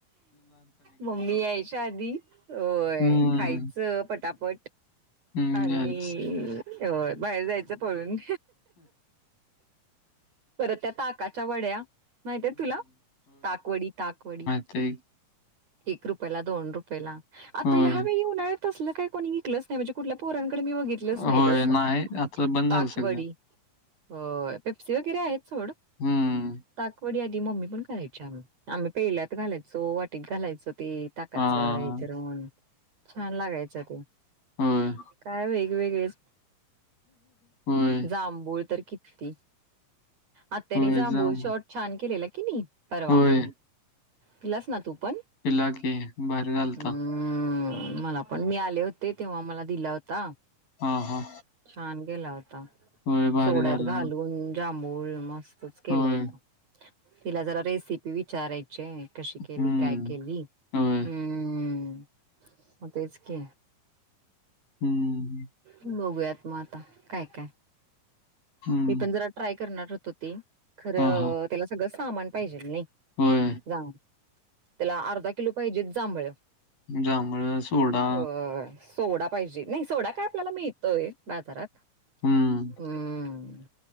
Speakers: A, on the right (about 50°); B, on the left (about 80°).
A: मम्मी यायच्या आधी होय
B: हं,
A: खायचं पटा पट
B: हं,
A: आणि
B: यायच.
A: होय बाहेर जायचं पळून परत त्या ताकाच्या वड्या, माहितय तुला ताकवडी ताकवडी.
B: ते
A: एक रुपयला दोन रुपयला आता
B: होय,
A: ह्यावेळी उन्हाळ्यात तसलं काही कोणी विकलचं नाही म्हणजे कुठलं पोरांकडे मी बघितलंच नाही
B: होय.
A: तसं
B: नाही आता बंद झालं
A: ताकवडी
B: सगळं.
A: होय पेप्सी वगेरे आहेत सोड
B: हं,
A: ताकवडी आधी मम्मी पण करायची आम्ही, आम्ही पहिल्या त घालायचो वाटीत घालायचो. ते ताकाचा
B: हां.
A: हे करून छान लागायच ते,
B: होय,
A: काय वई वेगळेच
B: होय,
A: जांभूळ तरी कित्ती आत त्यांनी
B: होय.
A: जांभूळ
B: जा मग.
A: शॉर्ट छान केलेला. कि नी परवा
B: होय,
A: पिलास ना तू? पण.
B: पिला की भारी झालता.
A: हम मलापण मि आले ले होते तेव्हा मला दिला होता.
B: हां, हां.
A: छान गेलावत.
B: होय, भारी
A: सोड्यात
B: झाला.
A: घालून जाबळ मस्. तेच केल
B: होय.
A: होत. तिला जरा रेसिपि विचारयच कशी केली
B: हं,
A: काय केली्
B: होय.
A: म तेच- क-
B: हम्म.
A: बघूयात मग आता काय काय.
B: हं.
A: मी पण जरा ट्राय करणार होत त हुती. खरं
B: हां, हां.
A: त्याला सगळं सामान पाहिजेल नाही?
B: होय.
A: जा. त्याला अर्धा किलो पाहिजे जांभळ.
B: जांभळ सोडा.
A: अ सोडा पाहिजे नाही सोडा काय आपल्याला मिळत. तोय बाजारात
B: हं,
A: हम्म.